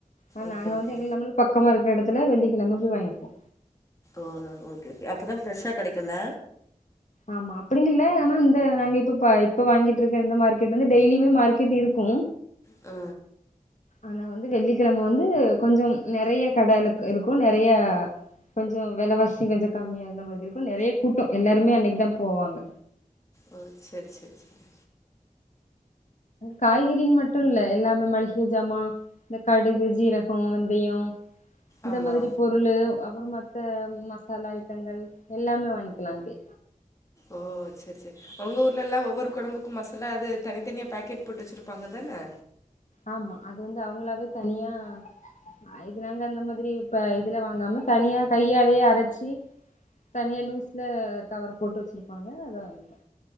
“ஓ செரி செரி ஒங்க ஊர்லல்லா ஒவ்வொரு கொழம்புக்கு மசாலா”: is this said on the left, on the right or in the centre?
Left